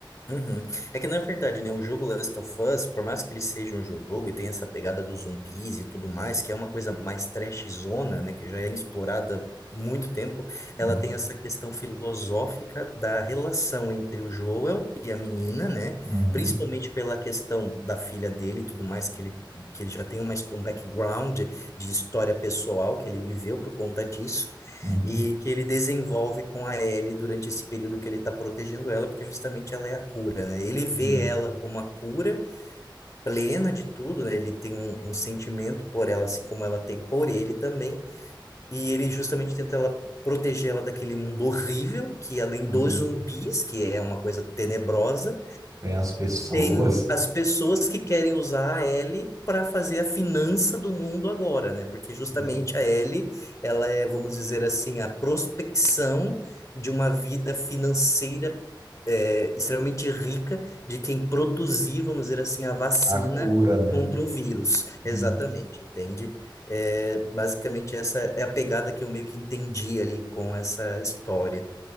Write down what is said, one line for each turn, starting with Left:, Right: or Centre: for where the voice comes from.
Left: Uhum. É que na verdade, né, o jogo Last of Us, por mais que ele seja um jogo e tenha essa pegada dos zumbis e tudo mais, que é uma coisa mais trashzona, né, que já é explorada há muito tempo,
Right: Uhum,
Left: ela tem essa questão filosófica da relação entre o Joel e a menina, né,
Right: uhum,
Left: principalmente pela questão da filha dele e tudo mais, que ele, que ele já tem uma, his- um background de história pessoal que ele viveu por conta disso
Right: uhum,
Left: e que ele desenvolve com a Ellie durante esse período que ele está protegendo ela, porque justamente ela é a cura, né? Ele vê
Right: uhum,
Left: ela como a cura plena de tudo, né? Ele tem um, um sentimento por ela, assim como ela tem por ele também, e ele justamente tenta ela proteger ela daquele mundo horrível, que além
Right: uhum.
Left: dos zumbis, que é uma coisa tenebrosa,
Right: Tem as pessoas,
Left: tem as pessoas que querem usar a L para fazer a finança do mundo agora, né? Porque justamente
Right: Uhum.
Left: a L, ela é, vamos dizer assim, a prospecção de uma vida financeira é, extremamente rica de quem produzir, vamos dizer assim, a vacina
Right: a cura, né?
Left: contra o vírus.
Right: Uhum.
Left: Exatamente, entende? É, basicamente, essa é a pegada que eu meio que entendi ali com essa história.